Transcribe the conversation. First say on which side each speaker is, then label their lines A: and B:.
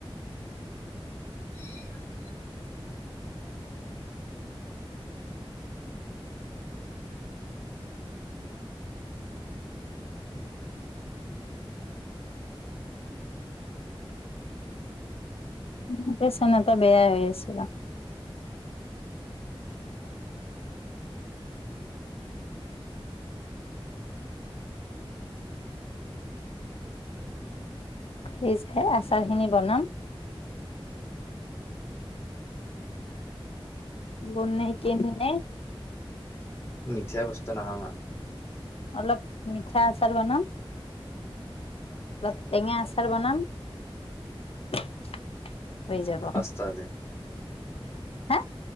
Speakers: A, on the left; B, on the left.
A: <inaudible>
B: উ পেচ চনেত বেয়া হৈ আছিল। ৰিজ হেই আচাৰ খিনি বনাম। বনাই কেনে
A: মিথে বস্তা নহা ম
B: অলপ মিঠা আচাৰ বনাম অ টেঙা আচাৰ বনাম হৈ যাব
A: পাস্তা দে
B: হা